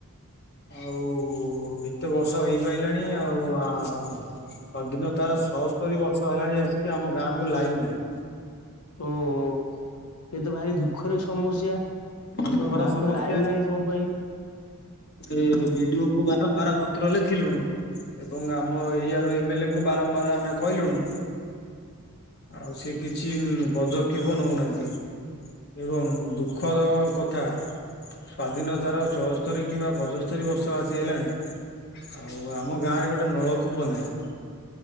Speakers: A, on the left; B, on the left.
A: ଆଉ ଏତେ ବର୍ଷ ହେଇପାରିଲାଣି ଆଉ <unintelligible> ତାର ସଅସ୍ତରୀ ବର୍ଷ ହେଲାଣି ଆସିକି, ଆମ ଗାଁକୁ ଲାଇନ୍ ନାହିଁ।
B: ଓହୋ! ଏ ତ ଭାରି ଦୁଃଖରେ ସମସ୍ୟା।
A: ଦୁଃଖର
B: ତମ ଗାଁକୁ
A: ସମସ୍ୟା।
B: ଲାଇନ ନାହିଁ କଣ ପାଇଁ?
A: ଏ ବିଡିଓ କୁ ବାରମ୍ବାର ପତ୍ର ଲେଖିଲୁଣୁ। ଏବଂ ଆମ ଏରିଆ ର ଏମ୍ ଏଲ୍ ଏ କୁ ବାରମ୍ବାର ଆମେ କହିଲୁୁଣୁ। ଆଉ ସେ କିଛି ପଦକ୍ଷେପ ନଉନାହାଁନ୍ତି ଏବଂ ଦୁଃଖ୍ ଖର କଥା। ସ୍ଵାଧୀନତାର ଚଅସ୍ତରୀ କିମ୍ବା ପଚସ୍ତରୀ ବର୍ଷ ଆସି ହେଲାଣି। ଆଉ, ଆମ ଗାଁ ରେ ଗୋଟେ ନଳକୂପ ନାହିଁ।